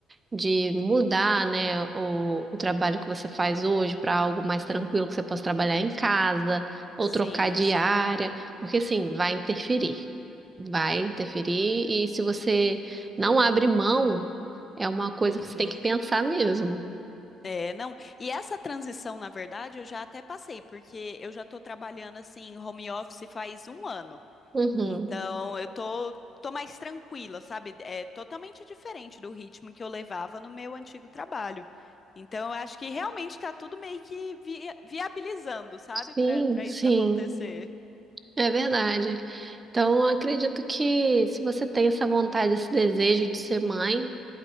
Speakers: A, on the right; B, on the left.
A: de mudar, né, o, o trabalho que você faz hoje para algo mais tranquilo que você possa trabalhar em casa ou
B: Sim,
A: trocar de
B: sim.
A: área, porque assim, vai interferir, vai interferir e se você não abre mão, é uma coisa que
B: Uhum.
A: você tem que pensar mesmo.
B: É, não. E essa transição, na verdade, eu já até passei, porque eu já tô trabalhando assim, home office faz um ano.
A: Uhum.
B: Então, eu tô, tô mais tranquila, sabe? É totalmente diferente do ritmo que eu levava no meu antigo trabalho. Então, eu acho que realmente tá tudo meio que vi- viabilizando, sabe?
A: Sim,
B: Para para
A: sim.
B: isso acontecer.
A: É verdade. Então, eu acredito que se você tem essa vontade, esse desejo de ser mãe,